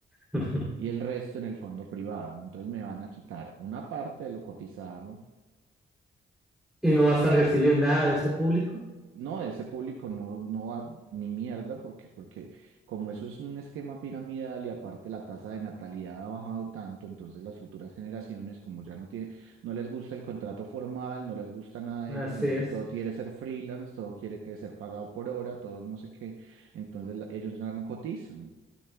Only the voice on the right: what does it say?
y el resto en el fondo privado. Entonces, me van a quitar una parte de lo cotizado
No, ese público no, no va ni mierda porque, porque como eso es un esquema piramidal y aparte la tasa de natalidad ha bajado tanto, entonces las futuras generaciones como ya no tiene, no les gusta el contrato formal, no les gusta nada de
eso, sino
que todo quiere ser freelance, todo quiere que ser pagado por hora, todo no sé qué, entonces la- ellos ya no cotizan.